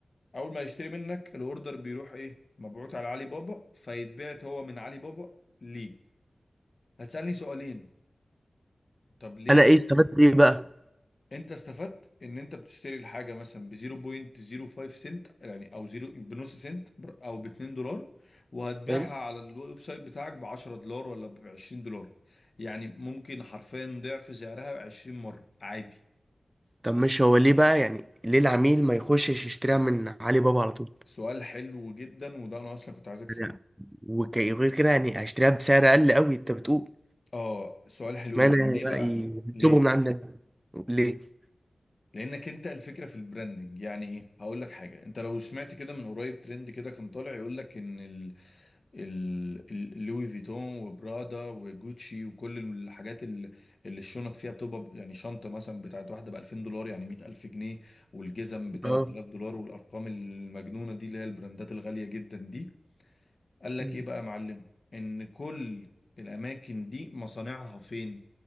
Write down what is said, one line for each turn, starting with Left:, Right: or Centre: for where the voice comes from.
Left: اول ما يشتري منك الاوردر بيروح ايه مبعوت على علي بابا فيتبعت هو من علي بابا ليه هتسألني سؤالين طب ليه
Right: انا ايه استفدت ايه بقى
Left: انت استفدت ان انت بتشتري الحاجه مثلا ب 0.05 سنت يعني او زيرو بنص سنت بر- او ب 2 دولار وهتبيعها
Right: فاهم
Left: على الويب سايت بتاعك ب 10 دولار ولا ب 20 دولار يعني ممكن حرفيا ضعف سعرها 20 مره عادي
Right: طب مش هو ليه بقى يعني ليه العميل ما يخشش يشتريها من علي بابا على طول
Left: سؤال حلو جدا وده انا اصلا كنت عايزك تساله
Right: يعني وك- وغير كده يعني هيشتريها بسعر اقل قوي انت بتقول
Left: اه سؤال حلو
Right: اشمعنى
Left: جدا
Right: يعني
Left: ليه
Right: بقى
Left: بقى
Right: يطلبوا
Left: ليه
Right: من عندنا ليه
Left: لانك انت الفكره في البراندنج يعني ايه هقول لك حاجه انت لو سمعت كده من قريب ترند كده كان طالع يقول لك ان ال- ال- لوي فيتون وبرادا وجوتشي وكل الحاجات اللي, اللي الشنط فيها بتبقى ب- يعني شنطة مثلا بتاعت واحدة ب 2000 دولار يعني 100000 جنيه والجزم ب 3000
Right: اه
Left: دولار والأرقام المجنونة دي اللي هي البراندات الغالية جدا دي قال لك
Right: مم.
Left: إيه بقى يا معلم إن كل الأماكن دي مصانعها فين